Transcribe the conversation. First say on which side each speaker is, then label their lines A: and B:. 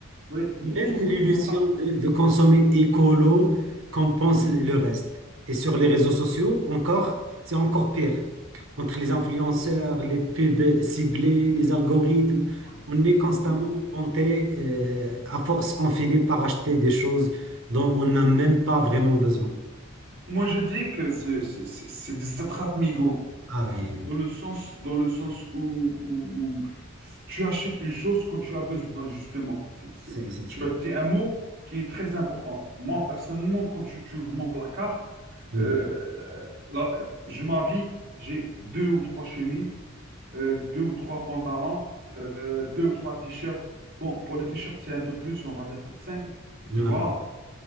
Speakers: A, on the right (about 45°); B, on the right (about 65°).
A: oui, oui,
B: Même
A: je sais,
B: l'illusion
A: je vois ça.
B: de, de consommer écolo compense
A: Mhm.
B: le le reste. Et sur les réseaux sociaux, encore, c'est encore pire. Entre les
A: Oui,
B: influenceurs, les pubs ciblées, les algorithmes,
A: ouais,
B: on est constamment
A: ouais.
B: tenté, euh, à force, on finit par acheter des choses dont on n'a même pas vraiment besoin.
A: Moi, je dis que c'est c'est- c'est- c'est des attrape-migots,
B: Ah oui,
A: dans le sens, dans le sens où, où- où tu achètes une chose quand tu as besoin, justement. C'est, c'est-
B: c'est, c'est,
A: Tu
B: c'est.
A: as dit un mot qui est très important. Moi, personnellement, quand tu, tu ouvres mon placard,
B: Oui.
A: Euh, euh, là, euh, je m'habille, j'ai deux ou trois chemises, euh, deux ou trois pantalons, euh, deux ou trois t-shirts. Bon, pour les t-shirts, c'est un peu plus, on va dire peut-être cinq. Et puis
B: Ouais,
A: voilà.